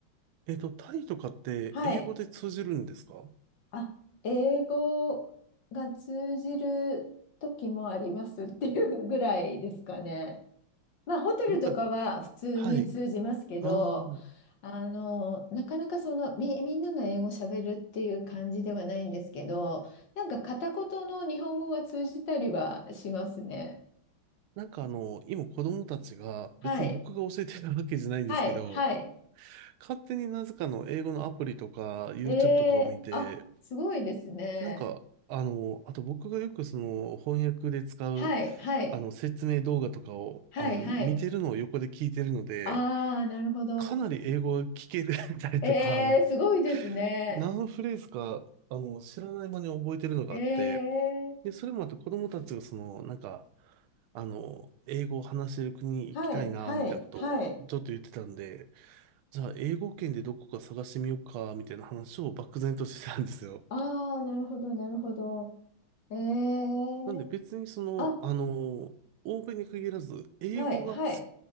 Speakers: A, on the right; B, on the left.
A: えっと、タイとかって英語で通じるんですか
B: はい。あ、英語が通じる時もありますっていうぐらいですかね。まあ、ホテルとかは普通に通じますけど、
A: なんか、はい。ああ、
B: あの、なかなかその、み、みんなが英語喋るっていう感じではないんですけど、なんか片言の日本語が通じたりはしますね。
A: なんかあの、今子供たちが、
B: はい。
A: 別に僕が教えてるわけじゃないんですけど、
B: はい。はい。
A: 勝手になぜかの英語のアプリとか、YouTube
B: ええあ、
A: とかを見て、
B: すごいですね。
A: なんか、あの、あと僕がよくその翻訳で使う、
B: はい。はい。
A: あの、説明動画とかを、
B: はい。
A: あの、
B: はい。
A: 見てるのを横で聞いてるので、
B: ああ、なるほど。
A: かなり英語が聞け <laughs> たりとか、
B: えー、すごいですね。
A: 何フレーズか、あの、知らない間に覚えてるのがあって、
B: ええ
A: で、それもあって子供たちがその、なんか、あの、英語を話せる国に行きたいな、
B: はい。はい。
A: みたいなことをちょっと言ってたんで、
B: はい。
A: じゃあ英語圏でどこか探してみようか、みたいな話を漠然としてたんですよ。
B: ああ、なるほど、なるほど。えー、
A: なんで別にその、
B: あ、
A: あの、欧米に限らず、英語が使
B: はい、はい、